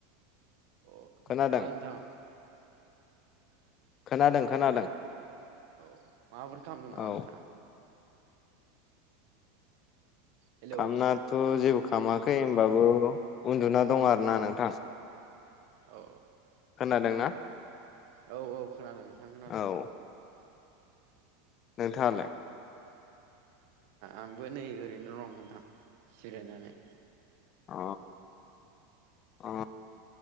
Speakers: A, on the right; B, on the left.
A: खोनायाखै
B: खोनादों
A: नामा नोंथां।
B: खोनादों खोनादों।
A: औ माबोरै खालामदों नामा
B: औ
A: नोंथाङा। हेलौ
B: खामनाथ' जेबो खालामामाखै होनबाबो उन्दुना दं आरो ना नोंथां।
A: औ।
B: खोनादों ना।
A: औ औ खोनादों नोंथां खोनादों।
B: औ नोंथाङालाय।
A: आंबो नै ओरैनो दं नोंथां जिरायनानै।
B: अ अ।